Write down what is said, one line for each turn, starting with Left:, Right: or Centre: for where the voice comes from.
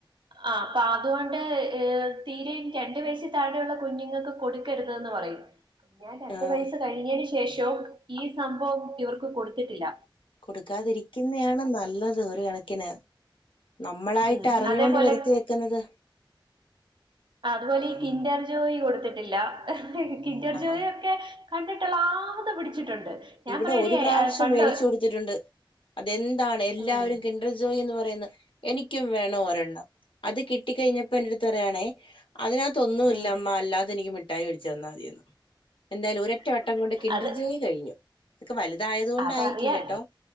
Right: ആഹ് അപ്പഅത്കൊണ്ട് ഹ് തീരെ രണ്ടു വയസ്സിന് താഴെയുള്ള കുഞ്ഞുങ്ങക്ക് കൊട്ക്കരുത് ന്ന് പറയും ഞാൻ രണ്ടു
Left: ആഹ്
Right: വയസ്സ് കഴിഞ്ഞെന് ശേഷവും ഈ സംഭവം ഇവർക്ക് കൊട്ത്തിട്ടില്ല
Left: കൊട്ക്കാതിരിക്ക്ന്നെയാണ് നല്ലത് ഒരു കണക്കിന് നമ്മളായിട്ട്
Right: ഉം
Left: അറിഞ്ഞാേണ്ട്
Right: അതേപോലെ
Left: വെരുത്തി വെക്ക്ന്നത്
Right: അതുപോലെ ഈ കിന്റർ ജോയി കൊട്ത്തിട്ടില്ല കിന്റർ
Left: ആഹ്
Right: ജോയി ഒക്കെ കണ്ടിട്ടുള്ളാവതും പിടിച്ചിട്ടുണ്ട് ഞാൻ
Left: ഇവിടെ
Right: പറയടി
Left: ഒരു പ്രാവശ്യം
Right: ആ, പണ്ട്
Left: വേടിച്ചുകൊടുത്തിട്ടുണ്ട് അതെന്താണ് എല്ലാവെരും
Right: ഉം
Left: കിൻ കിന്റർജോയ് എന്ന് പറയുന്ന എനിക്കും വേണം ഒരെണ്ണം അത് കിട്ടി കെഴിഞ്ഞപ്പോ എന്റെടുപ് പറയയാണേ അതിനകത്തൊന്നുല്ലമ്മാ
Right: ഉം
Left: അല്ലാതെ എനിക്ക് മിഠായി വേടിച്ചു തന്നാ മതിയെന്ന് എന്തായാലും ഒരറ്റ വട്ടം കൊണ്ട് കിണ്ടർജോയി
Right: അത്
Left: കഴിഞ്ഞു ഇതൊക്കെ വല്തായത്കൊണ്ടായിരിക്കും
Right: അതറിയാ
Left: കെട്ടോ